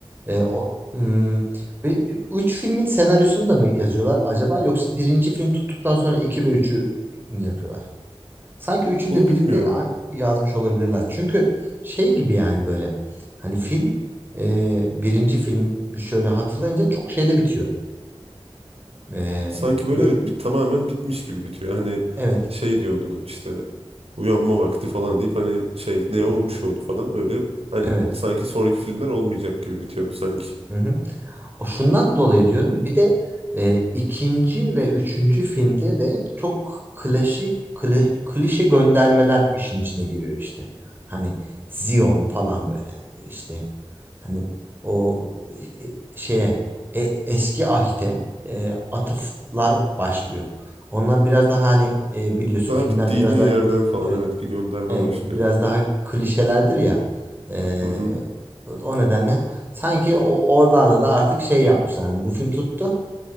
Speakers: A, on the right (about 20°); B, on the right (about 90°).
A: e, o, hmm, bir- bir- üç filmin senaryosunu da mı yazıyorlar acaba yoksa birinci film tuttuktan sonra iki ve üçü mü yapıyorlar? Sanki üçünü
B: Onu
A: de
B: bilmiyorum.
A: birlikte a- yazmış olabilirler. Çünkü şey gibi yani böyle hani film e, birinci film şöyle hatırlayınca çok şeyde bitiyor. E,
B: Sanki böyle
A: de,
B: evet bir, tamamen bitmiş gibi bitiyor. Hani
A: evet.
B: şey diyordu işte uyanma vakti falan deyip hani şey Neo
A: Hı hı.
B: uçuyordu falan öyle. Hani
A: Evet.
B: sanki sonraki filmler olmayacak gibi bitiyordu sanki.
A: Hı hı. O şundan dolayı diyorum. Bir de e, ikinci ve üçüncü filmde de çok klasik kli- klişe göndermeler işin içine giriyor işte. Hani Zion falan böyle işte hani o e, şeye e, eski ahite e, atıflar başlıyor. Onlar biraz daha hani e, biliyorsun
B: Daha
A: filmlerde
B: bittiğini
A: biraz
B: yerden
A: daha
B: falan
A: evet
B: evet bir gönderme
A: Evet,
B: başlıyor.
A: biraz daha klişelerdir ya. Ee,
B: Hı hı.
A: o nedenle sanki o, oralarda da artık şey yapmışlar. Hani bu film tuttu.